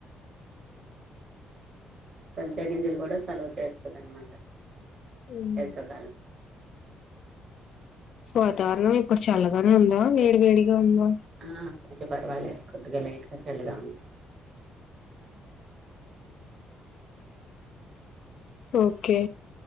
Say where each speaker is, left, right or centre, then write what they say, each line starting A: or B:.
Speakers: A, on the right; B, on the left.
A: సబ్జాగింజీలు కూడా సెలవు చేస్తది అనమాట
B: మ్మ్
A: వేసవి కాలం
B: వాతావరణం ఇప్పుడు చల్లగానే ఉందా వేడి వేడిగా ఉందా
A: ఆ కొంచెం పర్వాలేదు కొద్దిగా లైట్ గా చల్లగా ఉం
B: ఓకే